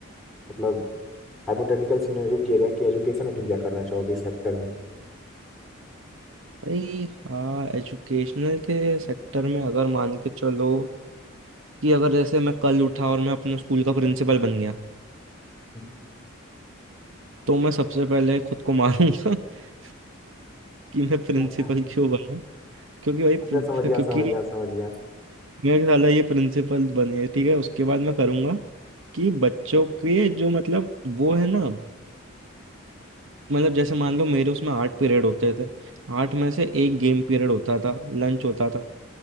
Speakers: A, in the centre; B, on the right (about 65°).
A: मतलब हाइपोथेटिकल सिनेरियो किया जाए कि एजुकेशन में तुम क्या करना चाहोगे इस सेक्टर में
B: भाई हाँ एजुकेशनल के सेक्टर में अगर मान के चलो कि अगर जैसे मैं कल उठा और मैं अपने स्कूल का प्रिंसिपल बन गया
A: हम्म,
B: तो मैं सबसे पहले खुद को मारूंगा <laughs> कि मैं प्रिंसिपल
A: ऐसा
B: क्यों बना क्योंकि भाई
A: अच्छा
B: प्रि-
A: समझ गया
B: क्योंकि
A: समझ गया समझ गया
B: मैं साला ये प्रिंसिपल बन गया ठीक है उसके बाद मैं करूंगा कि बच्चों के जो मतलब वो है ना मतलब जैसे मान लो मेरे उसमें आठ पीरियड होते थे आठ में से एक गेम पीरियड होता था लंच होता था